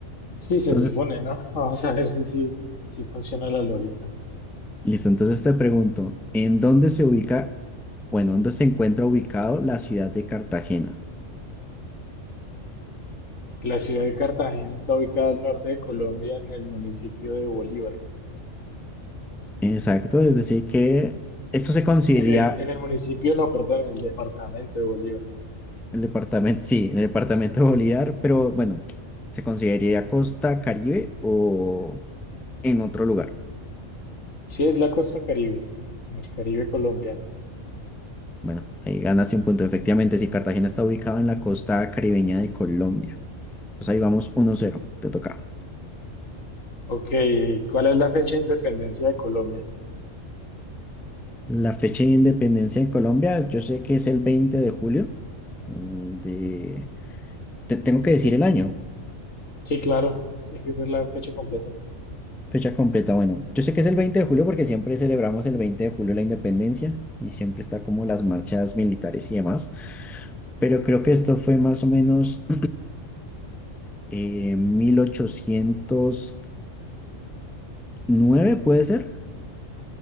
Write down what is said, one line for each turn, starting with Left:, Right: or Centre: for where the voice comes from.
Left: sí se
Centre: Entonces
Left: supone, ¿no? <laughs> Vamos a ver si, si, si funciona la lógica.
Centre: Listo, entonces te pregunto, ¿en dónde se ubica o en dónde se encuentra ubicado la ciudad de Cartagena?
Left: La ciudad de Cartagena está ubicada al norte de Colombia en el municipio de Bolívar.
Centre: Exacto, es decir, que esto se consideraría
Left: En el, en el municipio, no, perdón, en el departamento de Bolívar.
Centre: el departamento, sí, el departamento de Bolívar, pero bueno, ¿se consideraría Costa Caribe o en otro lugar?
Left: Sí, es la costa Caribe, en el Caribe colombiano.
Centre: Bueno, ahí ganaste un punto. Efectivamente, si Cartagena está ubicado en la costa caribeña de Colombia. Pues ahí vamos uno cero. te toca.
Left: Ok, ¿cuál es la fecha de independencia de Colombia?
Centre: La fecha de independencia de Colombia, yo sé que es el 20 de julio mm, de Te tengo que decir el año,
Left: Sí, claro, tiene que ser la fecha completa.
Centre: fecha completa. Bueno, yo sé que es el 20 de julio porque siempre celebramos el 20 de julio la independencia y siempre está como las marchas militares y demás, pero creo que esto fue más o menos <clears throat> eh, mil ochocientos nueve, ¿puede ser?